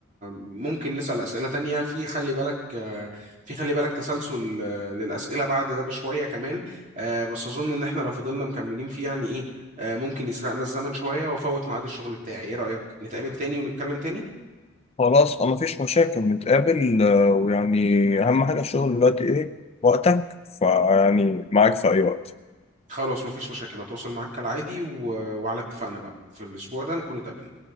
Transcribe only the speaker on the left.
خلاص أه مفيش مشاكل نتقابل آه، ويعني أهم حاجة الشغل دلوقتي إيه وقتك فيعني معاك في أي وقت